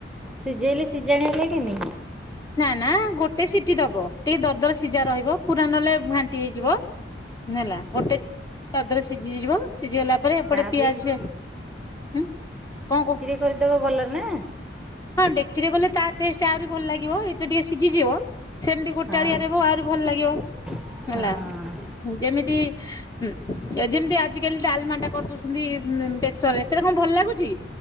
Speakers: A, in the centre; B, on the left.
A: ସିଝେଇଲେ ସିଝାଣିଆ ଲାଗେନି।
B: ନା ନା ଗୋଟେ ସିଟି ଦବ ଟିକେ ଦରଦର ସିଝା ରହିବ ପୁରା ନଲେ ଘାଣ୍ଟି ହେଇଯିବ। ନେଲା ଗୋଟେ ଦରେ ସିଝିହେଇଯିବ। ସିଝିଗଲା ପରେ ଏପଟେ
A: ତା ଅପେକ୍ଷା
B: ପିଆଜ ଫିଆଜ ଉଁ କଣ କହ?
A: କରିଦବ ଭଲ ନା?
B: ହଁ ଡେକଚିରେ କଲେ ତା ଟେଷ୍ଟ ଆହୁରି ଭଲ ଲାଗିବ ଏଇଟା ଟିକେ ସିଝିଯିବ। ସେମିତି ଗୋଟାଳିଆ
A: ହଁ
B: ରହିବ ଆହୁରି ଭଲ ଲାଗିବ।
A: ହଁ।
B: ହେଲା ଯେମିତି ଅ ଉଁ ଯେମିତି ଆଜିକାଲି ଡାଲମାଟା କରିଦଉଛନ୍ତି ବେସରରେ ସେ କଣ ଭଲ ଲାଗୁଛି?